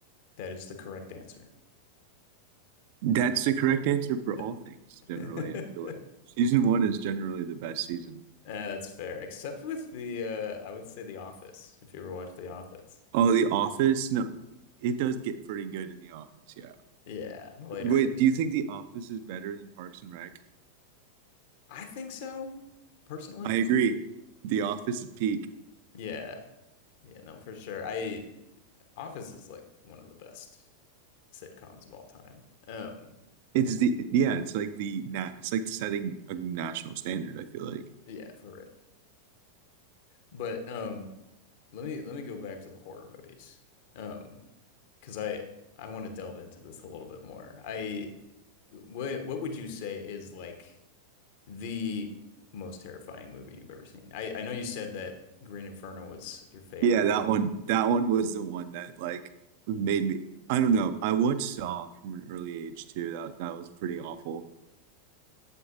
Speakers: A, on the left; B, on the right.
A: That is the correct answer.
B: that's the correct answer for
A: Th-
B: all things, generally.
A: <laughs>
B: I feel like season one is generally the best season.
A: Yeah, that's fair. Except with the uh I would say The Office, if you ever watched The Office.
B: Oh, The Office? No, it does get pretty good in The Office, yeah.
A: Yeah, the later.
B: Wait, do you think The Office is better than Parks and Rec?
A: I think so, personally.
B: I agree. The Office is peak.
A: Yeah. Yeah, no, for sure. I Office is like one of the best sitcoms of all time. Um,
B: It's the yeah, it's like the nat it's like setting a national standard, I feel like.
A: yeah, for real. But um, let me let me go back to the horror movies. Um, because I I want to delve into this a little bit more. I what what would you say is like the most terrifying movie you've ever seen? I I know you said that Green Inferno was your favorite,
B: Yeah, that
A: but
B: one that one was the one that like made me I don't know. I watched Saw from an early age too. That that was pretty awful.